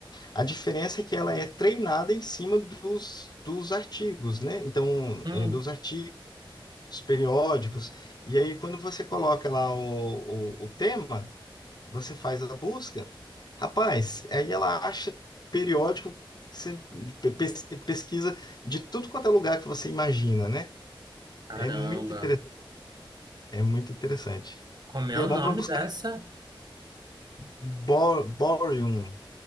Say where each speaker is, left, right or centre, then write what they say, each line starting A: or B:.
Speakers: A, on the left (about 50°); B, on the right (about 50°).
A: A diferença é que ela é treinada em cima dos, dos artigos, né? Então,
B: Hum,
A: é, dos artigos periódicos. E aí, quando você coloca lá o, o, o tema. Você faz a busca. Rapaz, aí ela acha periódico, você pes- pesquisa de tudo quanto é lugar que você imagina, né?
B: caramba.
A: É muito interessante, é muito interessante.
B: Como é
A: E
B: o
A: é bom
B: nome
A: para buscar
B: dessa?
A: bor- borium,